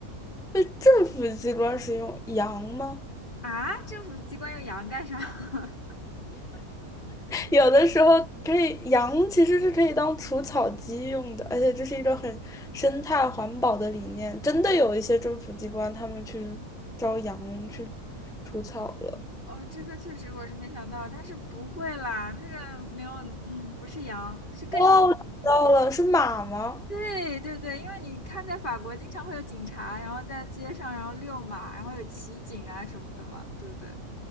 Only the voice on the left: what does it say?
啊，政府机关用羊干啥？<laughs>
哦，这个确实我是没想到，但是不会啦，这个没有，嗯，不是羊，是更，
对对对，因为你看在法国经常会有警察，然后在街上然后遛马，然后有骑警啊什么的嘛，对不对？